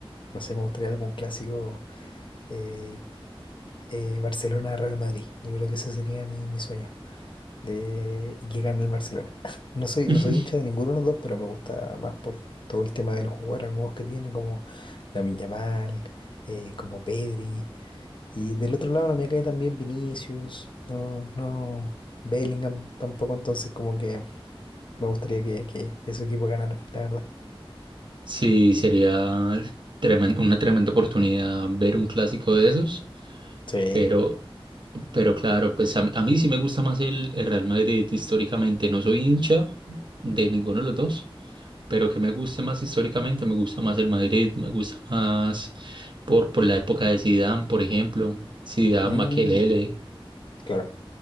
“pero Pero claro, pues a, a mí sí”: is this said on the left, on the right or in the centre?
Right